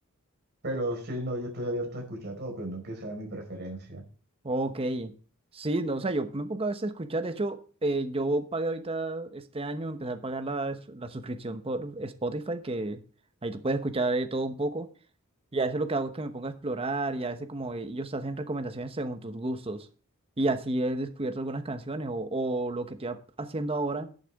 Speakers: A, on the right; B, on the right.
A: Pero sí, no, yo estoy abierto a escuchar todo, pero no que sea mi preferencia.
B: Ok, sí, no, o sea, yo me pongo a veces a escuchar, de hecho, eh, yo pagué ahorita este año, empecé a pagar la, s- la suscripción por Spotify, que ahí tú puedes escuchar de todo un poco, y a veces lo que hago es que me pongo a explorar, y a veces como eh, ellos te hacen recomendaciones según tus gustos, y así he descubierto algunas canciones, o, o lo que estoy ha- haciendo ahora